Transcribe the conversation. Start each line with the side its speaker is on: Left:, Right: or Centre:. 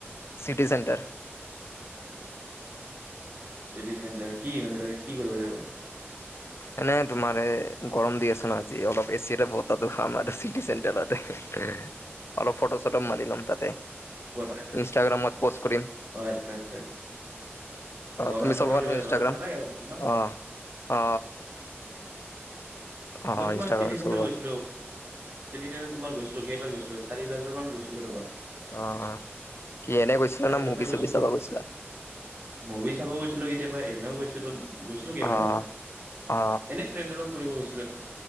Left: চিটি চেণ্টাৰ
Right: চিটি চেণ্টাৰ কি মানে তাতে কি কৰিব যাবা?
Left: মানে তোমাৰ এ গৰম দি আছ ন আজি অলপ এচিটে বতাহটো খাম আৰু চিটি চেণ্টাৰত অলপ ফটো-চটো মাৰি লম তাতে
Right: অ
Left: ইনষ্টাগ্ৰামত পষ্ট কৰিম
Right: আচ্ছা আচ্ছা অ
Left: তুমি
Right: মানে ফটো
Left: চলোৱা
Right: উঠিব
Left: নে
Right: যাবা
Left: ইনষ্টাগ্ৰাম
Right: মানে ভাল লাগে আৰু ফুৰি ন
Left: অ অ অ
Right: মই তোমাৰ
Left: ইনষ্টাগ্ৰাম
Right: চিটি চেণ্টাৰ
Left: চলোৱা
Right: গৈছিলো চিটি চেণ্টাৰত তোমাৰ গৈছিলোঁ কেইবাৰ গৈছিলোঁ চাৰি পাঁচ বাৰ মান গৈছিলোঁ ৰবা
Left: অ অ কি এনে গৈছিলা
Right: চাৰি
Left: না
Right: পাঁচবাৰ
Left: মুভি
Right: গৈছো ফটো
Left: চাব গৈছিলা
Right: মুভি চাবও গৈছিলো কেতিয়াবা এনেও গৈছিলো, গৈছিলো কেইবাৰ
Left: অ
Right: মান
Left: অ
Right: এনে ফ্ৰেণ্ডৰ লগত ফুৰিব গৈছিলো